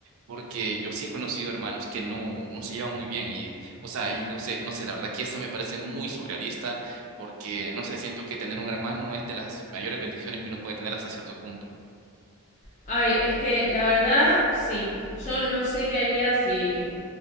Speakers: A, on the right (about 65°); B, on the left (about 35°).
A: porque yo sí he conocido hermanos que no, no se llevan muy bien y, o sea, y lo sé, no sé, la verdad que eso me parece muy surrealista, porque, no sé, siento que tener un hermano es de las mayores bendiciones que uno puede tener hasta cierto punto.
B: Ay, es que la verdad, sí. Yo no sé qué haría si.